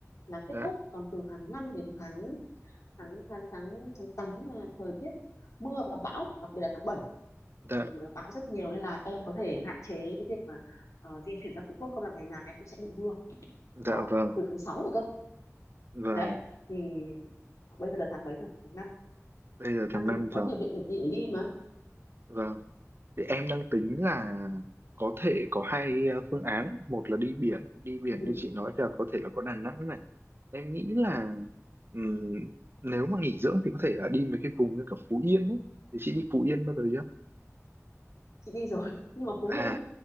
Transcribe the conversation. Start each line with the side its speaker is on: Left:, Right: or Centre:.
Left: là kết
Right: dạ
Left: thúc còn từ tháng 5 đến tháng tháng tháng tháng tháng 8 là thời tiết mưa và bão đặc biệt là tháng 7
Right: dạ
Left: thì nó bão rất nhiều nên là em có thể hạn chế cái việc mà ờ, di chuyển ra Phú Quốc không là ngày nào em cũng sẽ bị mưa
Right: dạ
Left: đó
Right: vâng
Left: từ tháng 6 rồi cơ
Right: vâng
Left: đấy thì bây giờ là tháng mấy rồi tháng năm
Right: bây giờ
Left: tháng
Right: tháng
Left: năm
Right: năm
Left: thì cũng có
Right: vâng
Left: nhiều địa điểm đi để đi mà
Right: vâng thì em đang tính là có thể có hai ờ, phương án một là đi biển đi biển
Left: ừ,
Right: như chị nói là có thể là có Đà Nẵng em nghĩ là ừm, nếu mà nghỉ dưỡng thì có thể là đi mấy cái vùng như kiểu Phú Yên ấy thì chị đi Phú Yên bao giờ chưa
Left: chị đi rồi <laughs> nhưng mà Phú Yên
Right: à
Left: á